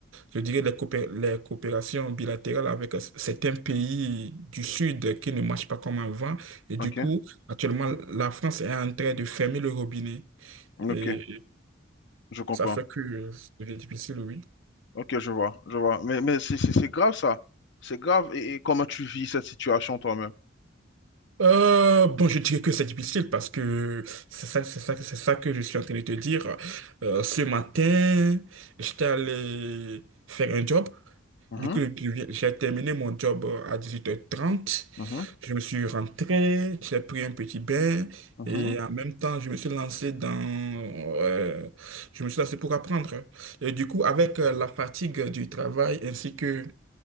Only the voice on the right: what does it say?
je dirais les, coopé- les coopérations bilatérales avec euh, certains pays du Sud qui ne marchent pas comme avant. Et
du coup, actuellement, la France est en train de fermer le robinet.
Et
ça fait que c'est difficile, oui.
Euh, bon, je dirais que c'est difficile parce que c'est ça, c'est ça, c'est ça que je suis en train de te dire. Euh, ce matin, j'étais allé faire un job.
Du coup, je viens- j'ai terminé mon job à dix-huit heures trente.
Je me suis rentré, j'ai pris un petit bain
et en même temps, je me suis lancé dans, euh, je me suis lancé pour apprendre. Et du coup, avec euh, la fatigue du travail ainsi que